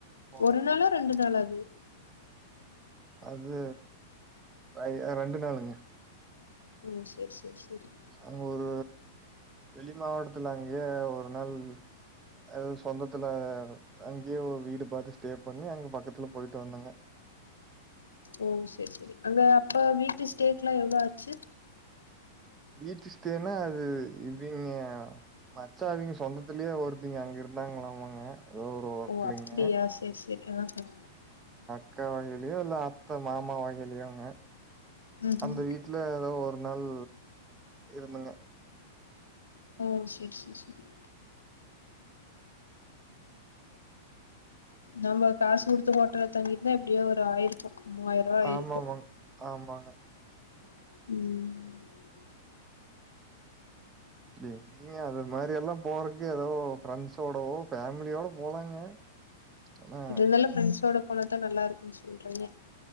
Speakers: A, on the right; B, on the left.
A: போனங்க
B: ஒரு நாளா ரெண்டு நாளா அது
A: அது பை ரெண்டு நாளுங்க
B: ம் சேர் சேர் செரி
A: அங்க ஒரு வெளி மாவட்டத்துல அங்க ஒரு நாள் அது சொந்தத்துல அங்கயே வீடு பாத்து ஸ்டே பண்ணி அங்க பக்கத்துல பொயிட்டு வந்தங்க
B: ஓ செரி செரி அங்க அப்ப வீட்டு ஸ்டேக்லா எவ்ளோ ஆச்சு
A: வீட்டு ஸ்ட்டேனா அது இவிங்க மச்சா அவிங்க சொந்தத்துலயே ஒருத்தீங்க அங்க இருந்தாங்களாமாங்க ஏதோ ஒரு ஒர்க்லைங்க
B: ஓ அப்டியா சேர் சேரி ஆ அ
A: க்கா வகைலயோ இல்ல அத்த மாமா வகைலயோங்க
B: ம்
A: அந்த
B: ம்
A: வீட்ல ஏதோ ஒர் நாள் இருந்துங்க
B: ஓ சே ர் சே சேரி நம்ப காசு குடுத்து ஹோட்டல்ல தங்கிருந்தா எப்டியோ ஒரு ஆயிருக்கு மூவாயிரூவா ஆயிருக்கு
A: ஆமாமாங் ஆமாங் அ
B: ம்
A: இப்டி எங்கிங்க அது மாரி எல்லா போறக்கு ஏதோ ஃப்ரெண்ட்ஸோடோவோ ஃபேமிலியோட போலாங்க ஆனா
B: இருந்தாலு ஃப்ரரெண்ட்ஸோட போனத்தா நல்லா இருக்குன் சொ ல்றாங்க